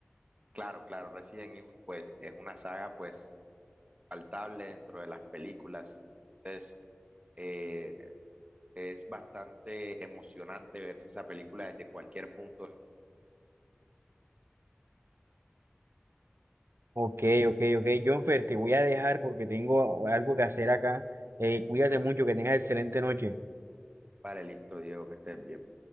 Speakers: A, on the right; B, on the right.
A: Claro, claro, Resident Evil pues es una saga pues palpable dentro de las películas. Entonces, eh, es bastante emocionante verse esa película desde cualquier punto de vista.
B: Ok, ok, ok. Jonfer, te voy a dejar porque tengo algo que hacer acá. Eh, cuídate mucho, que tengas excelente noche.
A: Vale, listo, Diego, que estés bien.